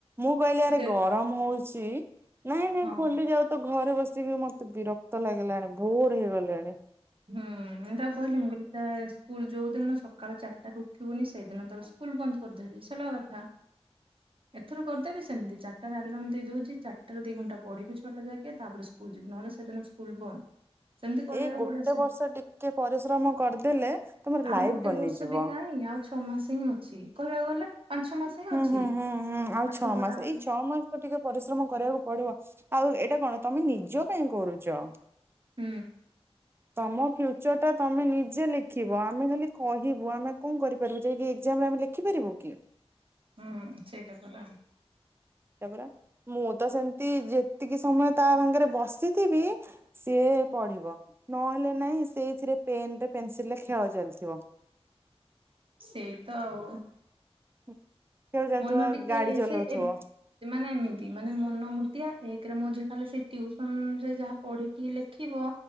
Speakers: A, on the right; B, on the right.
A: ମୁଁ କହିଲି ଆରେ
B: ସେ
A: ଗ ମଉଚି ନାଇଁ ନାଇଁ
B: ହଁ।
A: ଖୋଲି ଯାଉ ତ ଘରେ ବସିକି ମୋତେ ବିରକ୍ତ ଲାଗିଲାଣି ବୋର୍ ହେଇଗଲିଣି।
B: ହୁଁ, ମୁଁ ତାକୁ କହିଲି ମୁଁ କହିଲି ଚା ସ୍କୁଲ୍ ଯୋଉଦିନ ସକାଳ ଚାରଟାରୁ ଉଠିବୁନି ସେଇଦିନ ତୋର ସ୍କୁଲ୍ ବନ୍ଦ କରିଦେବି ସଲାକଥା। ଏଥର କରିଦେବି ସେମିତି ଚାରଟାରେ ଆଲାର୍ମ ଦେଇଦଉଚି। ଚାରଟାରୁ ଦିଘଣ୍ଟା ପଢିବୁ ଛଅଟା ଜାକେ। ତାପରେ ସ୍କୁଲ୍ ଯିବୁ ନହେଲେ ସେଦିନ ସ୍କୁଲ୍ ବନ୍ଦ। ସେମିତି କରିବାକୁ
A: ଏଇ ଗୋଟେ
B: ପଡିବ।
A: ବର୍ଷ ଟିକେ ପରିଶ୍ରମ କରିଦେଲେ ତମର
B: ଆଉ
A: ଲାଇଫ
B: ଗୋଟେ
A: ବନିଯିବ
B: ବର୍ଷ ବି କାଇଁ ଆଉ ଛଅ ମାସ ହିଁ ଅଛି। ଇ-କହିବାକୁ ଗଲେ। ପାଞ୍ଚ ଛଅ ମାସ ହିଁ
A: ହୁଁ
B: ଅଛି
A: ହୁଁ ହୁଁ ହୁଁ ଆଉ
B: ପାଠ
A: ଛଅ
B: ପଢା
A: ମାସ
B: ଆଉ
A: ଏଇ ଛଅ ମାସ ତ ଟିକେ ପରିଶ୍ରମ କରିବାକୁ ପଡିବ। ଆଉ ଏଇଟା କଣ ତମେ ନିଜ ପାଇଁ କରୁଛ।
B: ହୁଁ।
A: ତମ ଫ୍ୟୁଚରଟା ତମେ ନିଜେ ଲେଖିବ। ଆମେ ଖାଲି କହିବୁ। ଆମେ କଣ କରିପାରିବୁ ଯେ ଏଇ ଏଗଜା ଆମେ ଲେଖିପାରିବୁ କି?
B: ହୁଁ ସେଇଟା ପରା।
A: ତାପରା ମୁଁ ତ ସେମିତି ଯେତିକି ସମୟ ତା ଭାଙ୍ଗରେ ବସିଥିବି ସିଏ ପଢିବ ନହେଲେ ନାହିଁ ସେଇଥିରେ ପେନଟେ ପେନସିଲରେ ଖେଳ ଚାଲିଥିବ।
B: ସେଇ ତ ଆଉ।
A: <inaudible> ଚାଲିଥିବ
B: ମନ ଟିକେ
A: ଗାଡି ଚଲଉଥିବ
B: ସେ ମାନେ ଏମିତି ମାନେ ମନ ମୁୋଟିଆ ଏକରେ ମୋଝ ତାହେଲେ ସେ ଟ୍ୟୁସନରେ ଯାହା ପଢ଼ିକି ଲେଖିବ